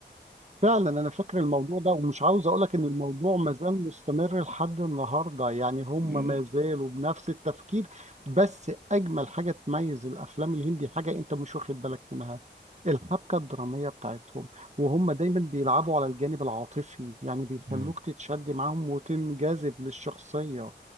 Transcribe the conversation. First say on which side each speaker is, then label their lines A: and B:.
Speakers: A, on the right; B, on the right.
A: فعلا انا فاكر الموضوع ده ومش عاوز اقولك ان الموضوع ما زال مستمر لحد النهارده يعني هم
B: <laughs> مم.
A: ما زالوا بنفس التفكير بس اجمل حاجه تميز الافلام الهندي حاجه انت مش واخد بالك منها الحبكه الدراميه بتاعتهم وهم دايما بيلعبوا على الجانب العاطفي يعني بيخلوك
B: مم.
A: تتشد معاهم وتنجذب للشخصيه